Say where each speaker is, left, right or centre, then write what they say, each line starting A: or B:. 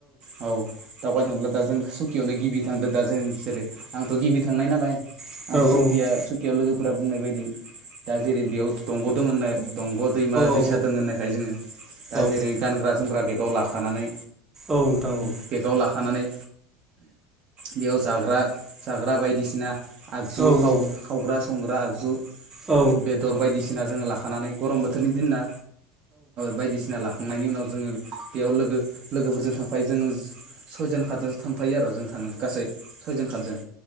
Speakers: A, on the right; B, on the right.
A: औ दावबायनो थांोब्ला दा जों सुखियावनो गिबि थांदो दा जों जेरै आंथ' गिबि थांनाय नालाय
B: नोंथां
A: आंथ' सुकिया सुकियाव लोगोफोरा बुंनाय बायदि दा जेरै बेयाव दंग' दङ होननाय दंग' दैमा दैसा
B: औ
A: दङ होननायखाय जोङो दा
B: औ
A: जेरै गानग्रा जोमग्रा बेगाव लाखानानै
B: औ नोंथां औ।
A: बेगाव लाखानानै बेयाव जाग्रा जाग्रा बायदिसिना आगजुाव
B: औ नोंथां औ नोंथां औ नोंथां औ औ नोंथां नंगौ नोंथां औ नोंथां औ नोंथां औ
A: खावग्रा संग्रा आगजु
B: औ
A: बेदर बायदिसिना जोङो लाखानानै गरम बोथोरनि दिनना बायदिसिना लाखा थांनायनि उनाव जोङो बेयाव लोगो लोगोफोरजों थांफायो जोंङो सयजन खातजनसो थांफायो आरो जों थाङो गासै सयजन खातजन।